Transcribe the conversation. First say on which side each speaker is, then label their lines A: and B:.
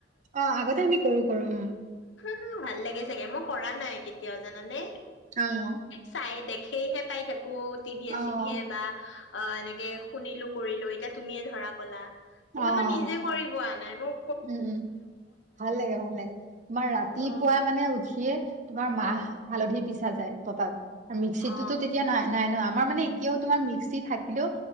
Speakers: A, on the right; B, on the left.
A: অ আগতে আমি কৰো কৰো অম
B: উম ভাল লাগেছ চাগে মই কৰা নাই কেতিয়াও জানানে
A: অ',
B: চাই দে সেইহে পাই থাক অ টিভিয়ে
A: অ',
B: চিভিয়ে বা অ এনেকে শুনিলো কৰিলো এতিয়া তুমিয়ে ধৰা কলা কিন্তু
A: অ',
B: মই নিজে কৰিব আ নাই মোৰ
A: উম উম ভাল লাগে ভাল লাগে তোমাৰ ৰাতিপুৱা
B: অ
A: মানে উঠিয়ে তোমাৰ মাহ
B: অ
A: হালধি পিছ ছা যায় পতাত মিক্সিটোতো
B: অ
A: তেতিয়া নাই নাই ন আমাৰ মানে এতিয়াও তোমাৰ মিক্সি থাকিলেও